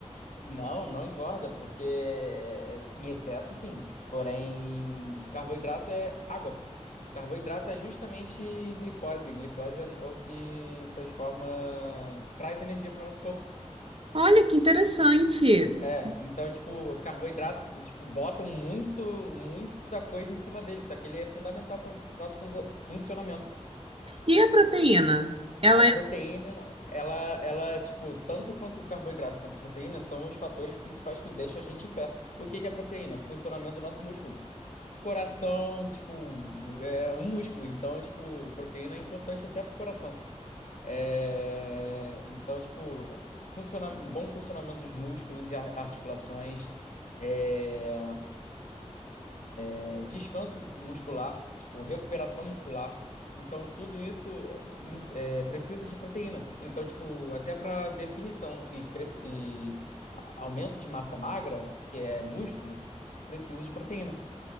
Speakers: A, on the left; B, on the right.
A: Não, não engorda, porque é, é, em excesso sim. Porém, carboidrato é água. Carboidrato é justamente glicose. Glicose é é o que transforma, traz energia para o nosso corpo.
B: Olha que interessante.
A: É, então, tipo, carboidrato, tipo, botam muito, muita coisa em cima dele, só que ele é fundamental para o nosso fun- funcionamento.
B: E a proteína? Ela
A: A proteína, ela, ela, tipo, tanto quanto o carboidrato quanto a proteína são os fatores principais que deixam a gente em pé. O que que é proteína? Funcionamento do nosso músculo. Coração, tipo, é um músculo, então, tipo, proteína é importante até pro coração. É, Então, tipo, funciona... bom funcionamento dos músculos e ar- articulações. É, é, descanso muscular, tipo, recuperação muscular. Então, tudo isso é, em- é, precisa de proteína. Então, tipo, até para definição e, cres- e a- aumento de massa magra, que é músculo, precisa de proteína.